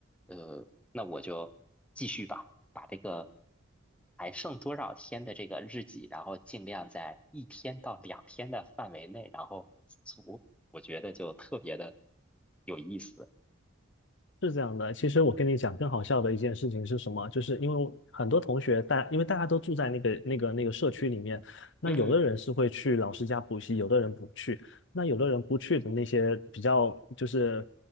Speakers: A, in the centre; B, on the left.
A: 呃，那我就继续吧，把这个还剩多少天的这个日记，然后尽量在一天到两天的范围内，然后足，我觉得就特别的有意思。
B: 是这样的，其实我跟你讲，更好笑的一件事情是什么？就是因为很多同学大，因为大家都住在那个那个那个社区里面，那有的人是会去老师家补习，
A: 嗯，
B: 有的人不去，那有的人不去的那些比较就是